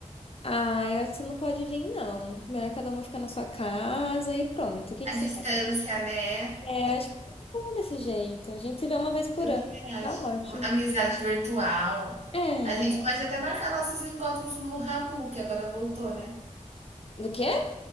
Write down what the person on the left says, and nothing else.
Ah, eu acho que você não pode vir, não. Melhor cada uma ficar na sua casa e pronto. O que
que você
acha?
É, acho que tá bom desse jeito. A gente se vê uma vez por
ano.
Tá ótimo.
É.
Do quê?